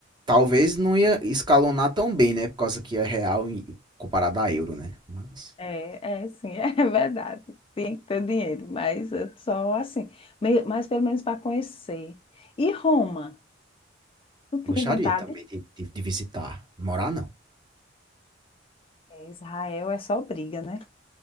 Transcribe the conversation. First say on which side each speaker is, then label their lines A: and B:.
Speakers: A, on the right; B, on the left.
A: talvez não ia escalonar tão bem, né? Por causa que é real e comparado a euro, né? Mas
B: é, é, sim, <laughs> é verdade. Tem que ter dinheiro, mas é só assim. Meio, mas pelo menos para conhecer. E Roma? Tu
A: gostaria
B: tinha vontade?
A: também de, de- de visitar. Morar não.
B: É, Israel é só briga, né?